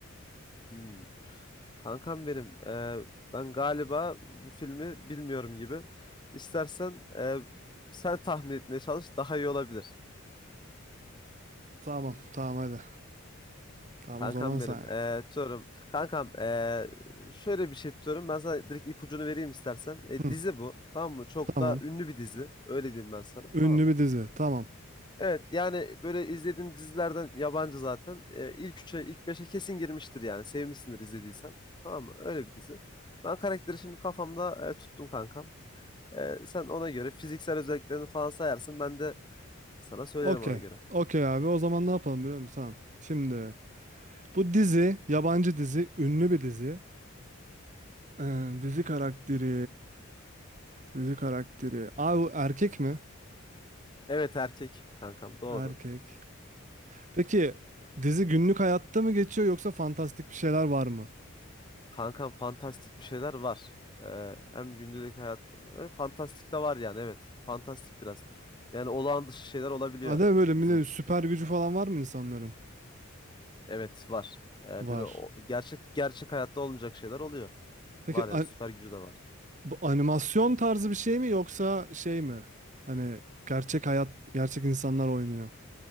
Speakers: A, on the left (about 20°); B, on the right (about 35°).
A: Hmm. Kankam benim, e, ben galiba bu filmi bilmiyorum gibi. İstersen e, sen tahmin etmeye çalış, daha iyi olabilir.
B: Tamam tamam hadi. Tamam
A: Kankam
B: o zaman sen
A: benim,
B: yap.
A: e, diyorum. Kankam, e, şöyle bir şey diyorum. Ben sana direkt ipucunu vereyim istersen. E,
B: Hı,
A: dizi bu, tamam mı? Çok
B: tamam.
A: da ünlü bir dizi. Öyle diyeyim ben sana,
B: Ünlü
A: tamam mı?
B: bir dizi tamam.
A: Evet, yani böyle izlediğin dizilerden yabancı zaten. E, ilk üçe, ilk beşe kesin girmiştir yani. Sevmişsindir izlediysen. Tamam mı? Öyle bir dizi. Ben karakteri şimdi kafamda e, tuttum kankam. Ee, sen ona göre fiziksel özelliklerini falan sayarsın. Ben de sana söylerim
B: Okey.
A: ona göre.
B: Okey abi o zaman ne yapalım biliyor musun? Tamam. Şimdi bu dizi yabancı dizi ünlü bir dizi. Ee, dizi karakteri. Dizi karakteri. Abi bu erkek mi?
A: Evet erkek kankam doğru.
B: Erkek. Peki dizi günlük hayatta mı geçiyor yoksa fantastik bir şeyler var mı?
A: Kankam fantastik bir şeyler var. Ee, hem gündelik hayat e, fantastik de var yani evet. Fantastik biraz. Yani olağan dışı şeyler olabiliyor
B: Ada böyle millet
A: dizinin içinde.
B: süper gücü falan var mı insanların?
A: Evet var. Ee,
B: Var.
A: böyle o- gerçek gerçek hayatta olmayacak şeyler oluyor.
B: Peki
A: Var yani
B: an-
A: süper gücü de var.
B: bu animasyon tarzı bir şey mi yoksa şey mi? Hani gerçek hayat, gerçek insanlar oynuyor.